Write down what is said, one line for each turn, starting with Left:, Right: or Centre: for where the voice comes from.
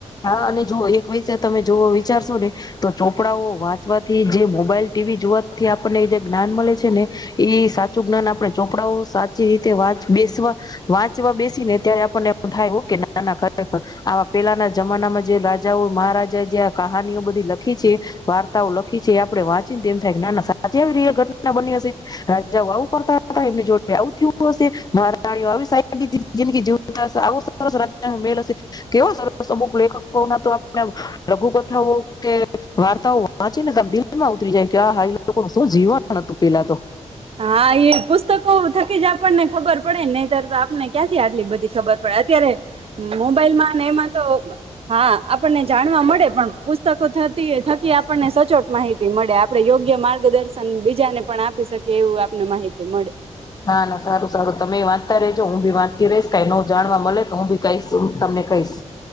Left: હા અને જો એક વૈસા તમે જોવો. વિચારશો ને તો ચોપડાઓ વાંચવાથી જે મોબાઈલ ટીવી જોવાથી આપણને જે જ્ઞાન મળે છે, ને એ સાચું જ્ઞાન આપણે ચોપડાઓ સાચી રીતે વા બેસવા વાંચવા બેસી ને ત્યારે આપણને થાય ઓકે નાના ખરેખર આવા પેલાના. જમાનામાં જે રાજાઓ મહારા એ જેં કહાનીઓ બધી લખી છે વાર્તાઓ લખી છે આપડે વાંચીને તેમમ થાય કે ના ના સા અત આવી ર ઘટના બની હશે આવું કરતા હતા એમની જોડે આવું થયું હશે માાણીઓ આવી સાઈ જેન કે જીવ આવો સરસ રાજ્ય મેલ હશે કેવો સરસ. અમુક લેખકો ના તો આપણા લઘુકથાઓ કે વાર્તાઓ- ને ત દિલ માં ઉતરી જાય કે હ હા એ લોકો શું જીવન હતું પેલા તો
Right: હા એ પુસ્તકો થકી જ આપણને ખબર પડે નહ તર આપને ક્યાંથી આટલી બધી ખબર પ <unintelligible> અત્યારે મોબાઈલ માં ને એમાં તો હા આપણને જાણવા મળે પણ પુસ્તકો થતી થકી આપણને સચોટ માહિતી મળે આપડે યોગ્ય માર્ગદર્શન બીજાને પણ આપી શકીએ. કેવું આપને માહિતી મળે.
Left: ના ના સારું સારું તમે વાંચતા ર રહેજો હું ભી વાંચતી રહીશ ક ન જાણવા મળે તો હું ભી કહીશ હું તમને કહીશ.